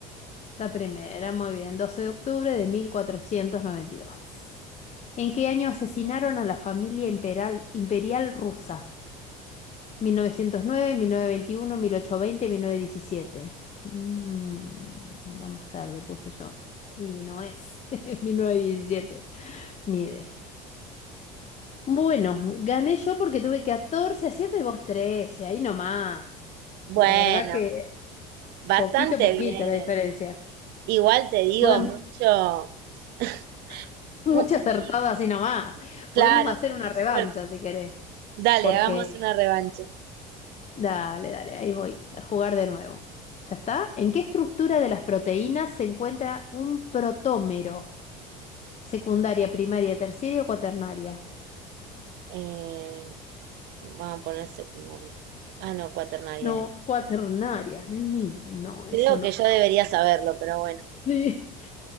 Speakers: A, on the left; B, on the right.
A: La primera, muy bien. 12 de octubre de 1492. ¿En qué año asesinaron a la familia imperial, imperial rusa? 1909, 1921, 1820, 1917. Mm, la más tarde puse yo. Y no es. <laughs> mil novecientos diecisiete. Ni idea. Bueno, gané yo porque tuve 14 aciertos y vos 13, ahí nomás.
B: Bueno,
A: La verdad que
B: bastante
A: poquito a poquito
B: bien.
A: la diferencia.
B: Igual te digo
A: Podemos,
B: mucho, <laughs>
A: <laughs> mucha
B: mu- muy,
A: acertada así nomás.
B: claro,
A: Podemos hacer
B: muy
A: una revancha
B: suerte.
A: si querés,
B: Dale,
A: porque
B: hagamos una revancha.
A: dale, dale, ahí voy a jugar de nuevo. ¿Ya está? ¿En qué estructura de las proteínas se encuentra un protómero? ¿Secundaria, primaria, terciaria o cuaternaria?
B: Eh, vamos a poner secundaria. Ah, no, cuaternaria
A: No,
B: era.
A: cuaternaria. Ni, no, eso
B: Creo
A: no.
B: que yo debería saberlo, pero bueno.
A: Sí.